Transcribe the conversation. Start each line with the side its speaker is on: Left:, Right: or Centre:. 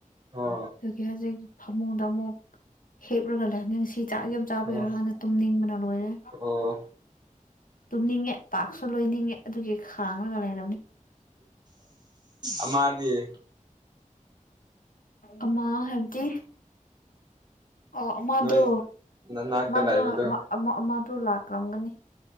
Right: ꯑꯣ
Left: ꯑꯗꯨꯒꯤ ꯍꯧꯖꯤꯛ ꯐꯃꯨꯡꯗ ꯑꯃꯨꯛ ꯍꯦꯞꯂꯒ ꯂꯥꯏꯞꯅꯤꯡꯁꯤ ꯆꯥꯛ ꯌꯥꯝ ꯆꯥꯕꯔꯣ
Right: ꯑꯣ
Left: ꯍꯥꯟꯅ ꯇꯨꯝꯅꯤꯡꯕꯅ ꯂꯣꯏꯔꯦ
Right: ꯑꯣ
Left: ꯇꯨꯝꯅꯤꯡꯉꯦ ꯄꯥꯛꯁꯨ ꯇꯥꯛꯁꯁꯨ‌ ꯂꯣꯏꯅꯤꯡꯉꯦ ꯑꯗꯨꯒꯤ ꯈꯥꯡꯉꯒ ꯂꯩꯔ
Right: ꯑꯃꯗꯤꯌꯦ <unintelligible>
Left: ꯑꯃ ꯍꯥꯏꯕꯗꯤ ꯑꯣ ꯃꯥꯗꯣ
Right: ꯅꯣꯏ ꯅꯅꯥꯛꯇ
Left: ꯃꯥꯗꯣ
Right: ꯂꯩꯕꯗꯣ
Left: ꯑꯃꯗꯣ ꯂꯥꯛꯂꯝꯒꯅꯤ